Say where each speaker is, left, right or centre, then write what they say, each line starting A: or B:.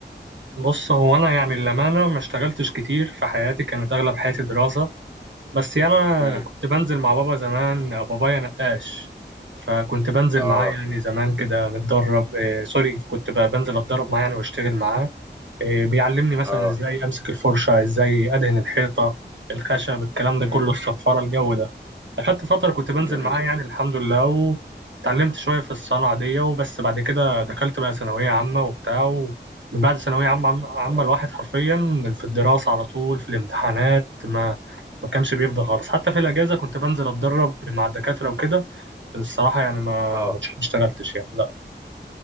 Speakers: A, on the right; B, on the right.
A: بص هو انا يعني للامانه ما اشتغلتش كتير في حياتي كانت اغلب حياتي دراسه بس يعني انا
B: امم
A: كنت بنزل مع بابا زمان بابايا نقاش فكنت بنزل
B: اه
A: معاه يعني زمان كده نتدرب آه سوري كنت بقى بنزل اتدرب معاه يعني واشتغل معاه إيه، بيعلمني مثلا
B: اه
A: ازاي امسك الفرشه ازاي ادهن الحيطه الخشب الكلام ده
B: امم
A: كله الصنفره الجو ده اخدت فتره كنت بنزل
B: جميل
A: معاه يعني الحمد لله وتعلمت شويه في الصنعه دي وبس بعد كده دخلت بقى ثانويه عامه وبتاع ومن بعد ثانويه عامه عم- عامه
B: اه
A: الواحد حرفيا في الدراسه على طول في الامتحانات ما ما كانش بيفضى
B: مم.
A: خالص حتى في الاجازه كنت بنزل اتدرب مع الدكاتره وكده الصراحه يعني ما
B: اه
A: ما اشتغلتش يعني لا